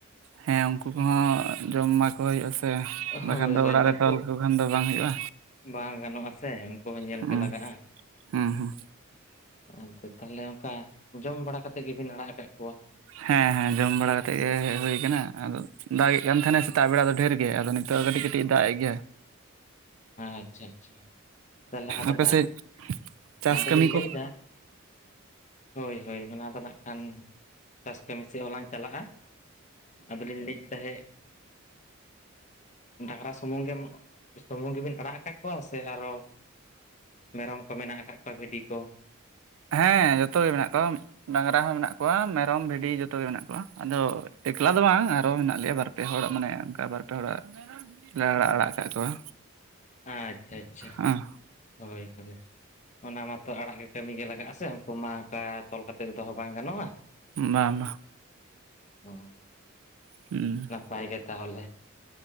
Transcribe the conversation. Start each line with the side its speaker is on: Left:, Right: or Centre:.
Right: ᱦᱮᱸ ᱩᱱᱠᱩ ᱠᱚᱦᱚᱸ ᱡᱚᱢ ᱢᱟ <unintelligible>
Left: ᱦᱳᱭ
Right: ᱵᱟᱠᱷᱟᱱ ᱫᱚ
Left: ᱦᱳᱭ
Right: ᱚᱲᱟᱜ
Left: ᱩᱱᱠᱩ
Right: ᱨᱮ ᱛᱚᱞ ᱞᱮᱠᱚ ᱠᱷᱟᱱ ᱫᱚ ᱵᱟᱝ ᱦᱩᱭᱩᱜᱼᱟ
Left: ᱵᱟᱝ ᱜᱟᱱᱚᱜᱼᱟᱥᱮ ᱩᱱᱠᱩ ᱦᱚᱸ ᱧᱮᱞ
Right: ᱦᱩᱸ
Left: ᱜᱮ ᱞᱟᱜᱟᱜᱼᱟ
Right: ᱦᱩᱸ ᱦᱩᱸ
Left: ᱟᱪᱪᱷᱟ ᱛᱟᱦᱚᱞᱮ ᱚᱱᱠᱟ ᱡᱚᱢ ᱵᱟᱲᱟ ᱠᱟᱛᱮᱜ ᱜᱮᱵᱤᱱ ᱟᱲᱟᱜ ᱟᱠᱟᱫ ᱠᱚᱣᱟ
Right: ᱦᱮᱸ ᱦᱮᱸ ᱡᱚᱢ ᱵᱟᱲᱟ ᱠᱟᱛᱮᱜ ᱜᱮ ᱦᱮᱡ ᱦᱩᱭ ᱠᱟᱱᱟ ᱟᱫᱚ ᱫᱟᱜ ᱮᱫ ᱠᱟᱱ ᱛᱟᱦᱮᱱᱟ ᱥᱮᱛᱟᱜ ᱵᱮᱲᱟ ᱫᱚ ᱰᱷᱮᱨ ᱜᱮ ᱟᱫᱚ ᱱᱤᱛᱚᱜ ᱠᱟᱹᱴᱤᱜ ᱠᱟᱹᱴᱤᱜ ᱫᱟᱜ ᱮ ᱜᱮᱭᱟ
Left: ᱟᱪᱪᱷᱟ ᱟᱪᱪᱷᱟ ᱛᱟᱦᱚᱞᱮ ᱟᱫᱚ
Right: ᱟᱯᱮᱥᱮᱫ
Left: ᱫᱟ-
Right: ᱪᱟᱥ
Left: ᱟᱫᱚᱞᱤᱧ
Right: ᱠᱟᱹᱢᱤ
Left: ᱞᱟᱹᱭᱫᱟ
Right: ᱠᱚ
Left: ᱦᱳᱭ ᱦᱳᱭ ᱚᱱᱟ ᱫᱚ ᱱᱟᱜ ᱠᱟᱱ ᱪᱟᱥ ᱠᱟᱹᱢᱤ ᱥᱮᱜ ᱦᱚᱸᱞᱟᱝ ᱪᱟᱞᱟᱜᱼᱟ ᱟᱫᱚᱞᱤᱧ ᱞᱟᱹᱭᱮᱫ ᱛᱟᱦᱮᱸᱫ ᱰᱟᱝᱨᱟ ᱥᱩᱢᱩᱝ ᱜᱮᱢ ᱥᱩᱢᱩᱝ ᱜᱮᱵᱤᱱ ᱟᱲᱟᱜ ᱟᱠᱟᱫ ᱠᱚᱣᱟ ᱥᱮ ᱟᱨᱚ ᱢᱮᱨᱚᱢ ᱠᱚ ᱢᱮᱱᱟᱜ ᱟᱠᱟᱫ ᱠᱚᱣᱟ ᱵᱷᱤᱰᱤ ᱠᱚ
Right: ᱦᱮᱸ ᱡᱚᱛᱚᱜ ᱜᱮ ᱢᱮᱱᱟᱜ ᱠᱚᱣᱟ ᱰᱟᱝᱨᱟ ᱦᱚᱸ ᱢᱮᱱᱟᱜ ᱠᱚᱣᱟ ᱢᱮᱨᱚᱢ ᱵᱷᱤᱰᱤ ᱡᱚᱛᱚᱜ ᱜᱮ ᱢᱮᱱᱟᱜ ᱠᱚᱣᱟ ᱟᱫᱚ ᱮᱠᱞᱟ ᱫᱚ ᱵᱟᱝ ᱟᱨᱦᱚ ᱢᱮᱱᱟᱜ ᱞᱮᱭᱟ ᱵᱟᱨ ᱵᱟᱨ ᱯᱮ ᱦᱚᱲᱟᱜ ᱢᱟᱱᱮ ᱚᱱᱠᱟ ᱵᱟᱨ ᱯᱮ ᱦᱚᱲᱟᱜ ᱞᱮ ᱟᱲᱟᱜ ᱟᱲᱟᱜ ᱟᱠᱟᱫ ᱠᱚᱣᱟ
Left: ᱟᱪᱪᱷᱟ ᱟᱪᱪᱷᱟ
Right: ᱦᱮᱸ
Left: ᱦᱳᱭ ᱦᱳᱭ ᱚᱱᱟ ᱢᱟᱛᱚ ᱟᱲᱟᱜ ᱜᱮ ᱠᱟᱹᱢᱤ ᱜᱮ ᱞᱟᱜᱟᱜᱼᱟ ᱥᱮ ᱩᱱᱠᱩ ᱢᱟ ᱚᱱᱠᱟ ᱛᱚᱞ ᱠᱟᱛᱮ ᱫᱚᱦᱚ ᱵᱟᱝ ᱜᱟᱱᱚᱜᱼᱟ
Right: ᱵᱟᱝ ᱵᱟᱸ
Left: <unintelligible>
Right: <unintelligible>
Left: ᱱᱟᱯᱟᱭ ᱜᱮ ᱛᱟᱦᱚᱞᱮ